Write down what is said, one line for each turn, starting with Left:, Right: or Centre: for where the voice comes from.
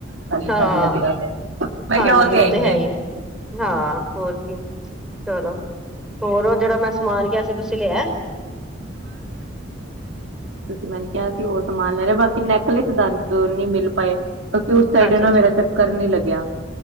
Right: ਖਾਲੀ
Centre: ਹਾਂ
Right: ਖਾਲੀ ਲੱਗਦਾ ਤੇ ਮੈਂ
Centre: ਹਾਂਜੀ
Right: ਕਿਹਾ ਉਹ ਤੇ ਆਈ
Centre: ਹੈ
Right: ਆ
Centre: ਹੀ ਹਾਂ ਹੋਰ ਕੀ ਚਲੋ ਹੋਰ ਉਹ ਜਿਹੜਾ ਮੈਂ ਸਮਾਨ ਕਿਆ ਸੀਂ ਤੁਸੀਂ ਲਿਆ
Right: ਮੈੇ ਕਿਹਾ ਸੀ ਉਹ ਸਮਾਨ ਲੈ ਰ ਬਾਕੀ ਨੈਕਲਸ ਦੰਦ ਨੀ ਮਿਲ ਪਾਏ ਕਿਉਂਕਿ ਉਸ ਸਾਈਡ
Centre: ਅੱਛਾ ਅੱਛਾ
Right: ਨਾ ਮੇਰਾ ਚੱਕਰ ਨਹੀਂ ਲਗਿਆ